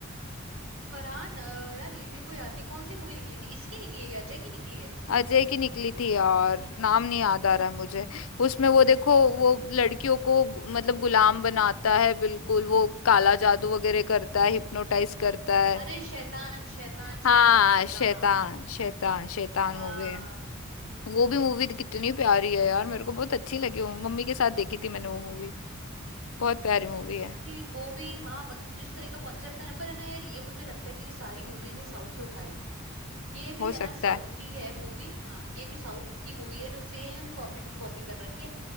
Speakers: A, on the right; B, on the left.
A: फरहान अ, यार ये मेरे को याद नहीं कौन सी मूवी निकली थी इसकी निकली है क्या अजय की निकली है
B: अजय की निकली थी यार नाम नहीं याद आ रहा है मुझे उसमें वो देखो वो लड़कियों को मतलब गुलाम बनाता है बिल्कुल वो काला जादू वगैरह करता है हिप्नोटाइज करता है
A: अरे शैतान शैतान
B: हाँ
A: शैतान शैतान
B: शैतान शैतान शैतान
A: हाँ
B: मूवी है वो भी मूवी कितनी प्यारी है यार मेरे को बहुत अच्छी लगी वो मम्मी के साथ देखी थी मैंने वो मूवी बहुत प्यारी मूवी है
A: भाई वो भी हाँ मतलब जिस तरह का कॉन्सेप्ट है ना पर है ना यार ये मुझे लगता है कि ये सारी मूवीज ये साउथ से उठा रहे हैं ये भी
B: हो
A: है
B: सकता
A: ना साउथ
B: है
A: की है मूवी हाँ ये भी साउथ की मूवी है जो सेम कॉपी टू कॉपी कर रखी है